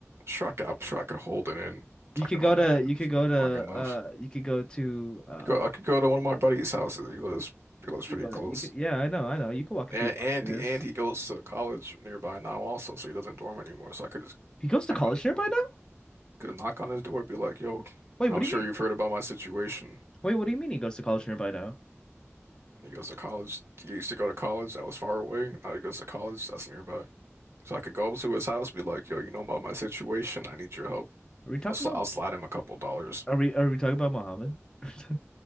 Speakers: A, on the right (about 55°); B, on the left (about 15°).
A: sure I could, I'm sure I could hold it in.
B: You
A: I
B: could
A: could
B: go
A: hold
B: to
A: it
B: you
A: in
B: could
A: for
B: go to
A: long enough.
B: uh you could go to uh
A: Go, I could go to one of my buddy's houses. He lives he lives
B: you
A: pretty
B: could go
A: close.
B: to you could yeah, I know, I know. You could walk a
A: And
B: few blocks
A: and
B: to his.
A: he, and he goes to college nearby now also, so he doesn't dorm anymore. So I could just
B: He goes to
A: knock
B: college
A: on the
B: nearby
A: door.
B: now?
A: Could knock on his door, be like, "Yo,
B: Wait, what
A: I'm
B: do
A: sure
B: you mean?
A: you've heard about my situation."
B: Wait, what do you mean he goes to college nearby now?
A: He goes to college. He used to go to college that was far away. Now he goes to college that's nearby. So I could go up to his house, be like, "Yo, you know about my situation? I need your help."
B: Are we talking
A: I'll, sli
B: about
A: I'll slide him a couple dollars.
B: are we are we talking about Muhammad? <laughs>